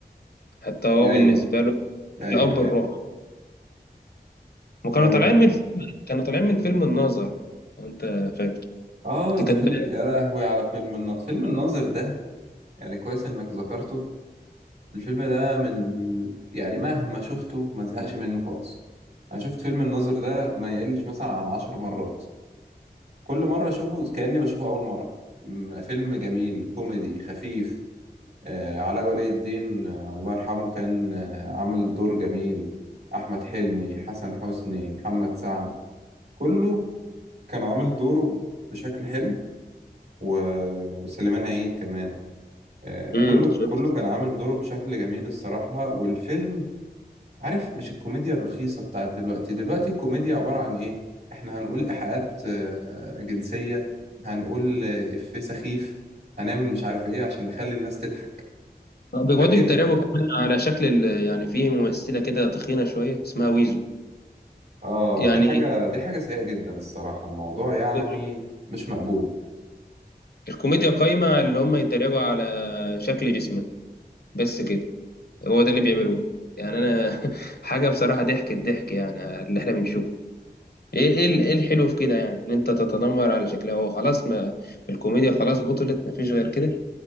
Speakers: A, on the left (about 70°); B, on the right (about 75°).
A: حتى هو
B: ايوه
A: بالنسبة له
B: ايوه
A: الأب
B: ايوه
A: الروح وكانوا
B: ايوه
A: طالعين من فيلم كانوا طالعين من فيلم الناظر لو أنت فاكر
B: اه
A: دي
B: ده
A: كانت
B: فيلم
A: بان-
B: يا لهوي على فيلم الناظر فيلم الناظر ده يعني كويس انك ذكرته الفيلم ده من يعني مهما شفته ما زهقش منه خالص انا شفت فيلم الناظر ده ما يقلش مثلا عن عشر مرات كل مرة اشوفه كأني بشوفه اول مرة م- فيلم جميل كوميدي خفيف آه علاء ولي الدين آه الله يرحمه كان آه عامل دور جميل احمد حلمي حسن حسني محمد سعد كله كان عامل دوره بشكل حلو و- وسليمان عيد كمان آه،
A: امم
B: كله
A: شفت
B: كله كان عامل دوره بشكل جميل الصراحة والفيلم عارف مش الكوميديا الرخيصة بتاعت دلوقتي دلوقتي الكوميديا عبارة عن إيه إحنا هنقول إيحاءات آه، جنسية هنقول آه، إفيه سخيف هنعمل مش عارف إيه عشان نخلي الناس تضحك
A: آه، بيقعدوا
B: لكن
A: يتريقوا كمان على شكل ال- يعني في ممثلة كده تخينة شوية اسمها ويزو
B: آه
A: يعني
B: دي حاجة دي حاجة سيئة جدا الصراحة الموضوع يعني
A: الكو-
B: مش مقبول
A: الكوميديا قايمة على اللي هم يتريقوا على شكل جسمها بس كده هو ده اللي بيعملوه يعني أنا <laughs> حاجة بصراحة ضحك الضحك يعني اللي احنا بنشوفه ايه ايه ال- إيه الحلو في كده يعني ان انت تتنمر على شكلها هو خلاص ما الكوميديا خلاص بطلت ما فيش غير كده